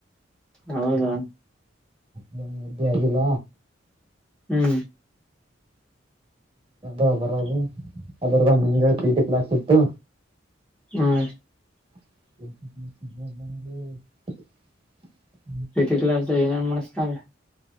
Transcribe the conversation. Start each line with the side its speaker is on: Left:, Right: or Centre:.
Centre: ಹೌದಾ
Right: ಹ ಮ್ದ ಆಗಿಲ್ಲ
Centre: ಹ್ಮ್
Right: ಅ ಬರದು ಅದ್ರದ ಮುಂಜ ಪೀಟಿ ಕ್ಲಾಕ್ ಇಟ್ಟು
Centre: ಹ್ಮ್
Right: ಹ್ಮ್ಮ್
Centre: ಪ್ರೀತಿ ಕ್ಲಾಸ್ ಏನೇನ್ ಮಾಡಸ್ತನ್್ರೀ